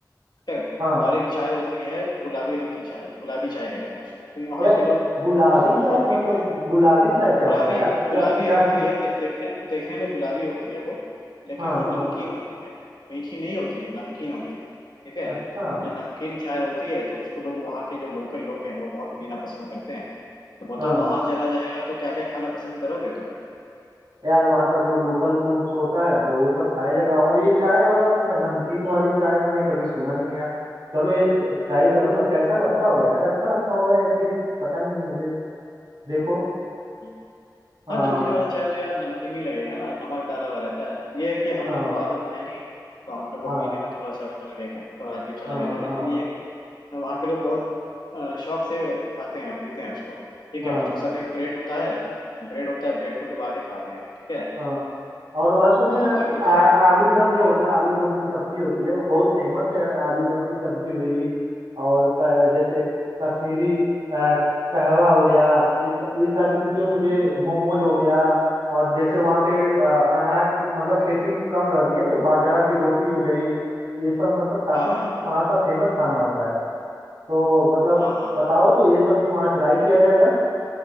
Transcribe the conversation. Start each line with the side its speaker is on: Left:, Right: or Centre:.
Left: ठीक है
Right: हाँ
Left: और एक चाय होती है गुलाबी रंग की चाय गुलाबी चाय कहते हैं उसको तो ये वहाँ
Right: यार
Left: के लोग
Right: गुलाबी
Left: बहुत
Right: चाय
Left: बहुत
Right: मतलब
Left: पीते हैं
Right: गुलाबी चाय क्या
Left: गुलाबी
Right: होता है यार
Left: गुलाबी
Right: चाय चाय
Left: होती है दे, देखने देखने में गुलाबी होती है वो लेकिन
Right: हाँ
Left: वो नमकीन
Right: हाँ
Left: होती है मीठी नहीं होती है नमकीन होती है ठीक है
Right: अच्छा
Left: तो नमकीन चाय होती है तो उसको लोग वहाँ के जो लोकल लोग हैं वो बहुत पीना पसंद करते हैं तो बताओ
Right: हाँ
Left: वहां चला जाएगा तो क्या क्या खाना पसंद करोगे
Right: यार वहाँ का जो लोकल फूड्स होता है तो वो सब खाया जाएगा और ये चाय वाला तो मैं नमकीन
Left: तुम
Right: वाली चाय मैंने कभी सुना नहीं है यार चलो ये ट्राई करूंगा कैसा लगता होगा यार अच्छा लगता होगा या फिर पता नहीं मुझे देखो
Left: <laughs>
Right: हाँ
Left: हाँ नमकीन वाला चाय तो यार नमकीन ही लगेगा ना नमक डाला हुआ रहता है ये है कि हम
Right: हाँ
Left: लोग को आदत है नहीं तो हम लोग को
Right: हाँ
Left: पीने में थोड़ा सा वो लगेगा थोड़ा अजीब सा
Right: हाँ
Left: लगेगा लेकिन
Right: हाँ
Left: ये है कि वहाँ के लोग बहुत अ, शौक से खाते हैं पीते हैं उसको ठीक
Right: हाँ
Left: है उसके साथ एक ब्रेड होता है ब्रेड होता है ब्रेड को डुबा के खाते हैं ठीक है
Right: हाँ और वहाँ सुने
Left: हाँ
Right: हैं
Left: और
Right: कि आ,
Left: बताओ
Right: आलू दम जो होता है आलू दम की सब्जी होती है वो बहुत फेमस है आलू दम की सब्जी हुई और क- जैसे कश्मीरी अ, कहवा हो गया ये स- ये सारी चीजें
Left: हम्म
Right: मुझे मोमोज हो गया और जैसे वहाँ पे अ, अनाज मतलब खेती कम रहती है तो बाजरा की रोटी हो गई ये सब मतलब काफी
Left: हाँ हाँ
Right: वहाँ का फेमस खाना होता है तो मतलब
Left: हाँ हाँ
Right: बताओ
Left: हाँ
Right: तो ये सब भी वहाँ ट्राई किया जाएगा